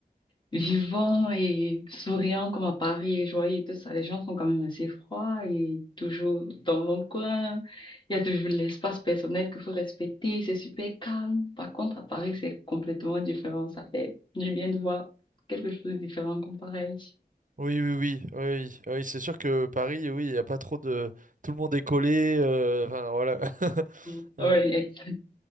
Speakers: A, on the left; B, on the right.
A: vivants et souriants comme à Paris et joyeux et tout ça. Les gens sont quand même assez froids et toujours dans leur coin. Il y a toujours l'espace personnel qu'il faut respecter. C'est super calme. Par contre, à Paris, c'est complètement différent. Ça fait du bien de voir quelque chose de différent comparé à ici.
B: Oui, oui, oui, oui, oui. oui, C'est sûr que Paris, oui, il y a pas trop de. Tout le monde est collé. euh, enfin, voilà. <laughs>
A: Mm. Oui,
B: Euh,
A: ex-